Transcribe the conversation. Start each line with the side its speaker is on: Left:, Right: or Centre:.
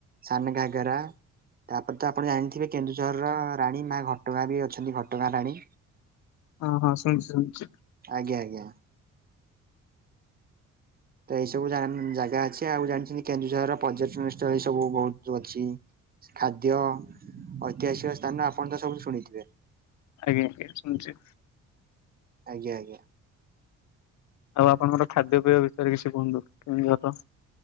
Right: ସାନ ଘାଗେରା। ତା ପରେ ତ ଆପଣ ଜାଣିଥିବେ କେନ୍ଦୁଝରର ରାଣୀ ମା ଘଟଗାଁ ବି ଅଛନ୍ତି ଘଟଗାଁ ରାଣୀ।
Left: ହଁ ହଁ ଶୁଣିଚି ଶୁଣିଚି।
Right: ଆଜ୍ଞା ଆଜ୍ଞା। ତ ଏଇ ସବୁ ଜାନ ଜାଗା ଅଛି। ଆଉ ଜାଣିଚନ୍ତି କେନ୍ଦୁଝରର ପର୍ଯ୍ୟଟନ ସ୍ଥଳ ଏଇ ସବୁ ବହୁତ ଅଛି। ଖାଦ୍ୟ ଐତିହାସିକ ସ୍ଥାନ ଆପଣ ତ ସବୁୁ ଶୁଣିଥିବେ।
Left: ଆଜ୍ଞା ଆଜ୍ଞା ଶୁଣିଚି।
Right: ଆଜ୍ଞା ଆଜ୍ଞା।
Left: ଆଉ ଆପଣଙ୍କର ଖାଦ୍ୟ ପେୟ ବିଷୟରେ କିଛି କୁହନ୍ତୁ କେନ୍ଦୁଝର।